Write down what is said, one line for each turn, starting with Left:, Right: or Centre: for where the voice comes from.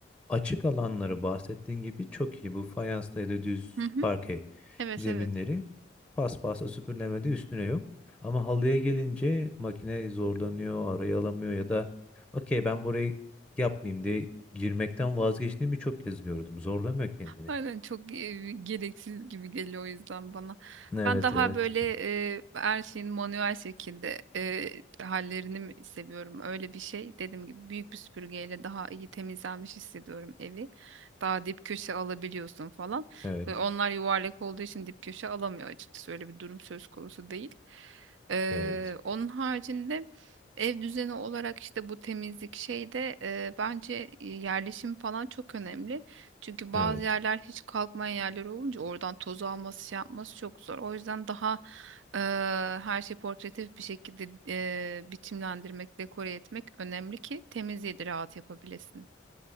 Centre: Açık alanları bahsettiğin gibi çok iyi. Bu fayanstaydı düz
Right: Hı hı.
Centre: parke.
Right: Evet
Centre: zeminleri.
Right: evet.
Centre: Paspasla süpürlemede üstüne yok. Ama halıya gelince makine zorlanıyor, arayı alamıyor ya da okey ben burayı yapmayayım diye girmekten vazgeçtiğini birçok kez gördüm. Zorlamıyor kendini.
Right: Aynen çok e, gereksiz gibi geliyor o yüzden bana.
Centre: Evet
Right: Ben daha
Centre: evet.
Right: böyle e, her şeyin manuel şekilde e, hallerini mi seviyorum. Öyle bir şey dediğim gibi büyük bir süpürgeyle daha iyi temizlenmiş hissediyorum evi. Daha dip köşe alabiliyorsun falan.
Centre: Evet,
Right: Ve onlar yuvarlak olduğu için dip köşe alamıyor açıkçası. Öyle bir durum söz konusu değil. Eee,
Centre: evet,
Right: onun haricinde ev düzeni olarak işte bu temizlik şeyde eee bence yerleşim falan çok önemli. Çünkü bazı
Centre: evet.
Right: yerler hiç kalkmayan yerler olunca oradan tozu alması şey yapması çok zor. O yüzden daha eee, her şeyi portatif bir şekilde eee, biçimlendirmek, dekore etmek önemli ki temizliği de rahat yapabilesin.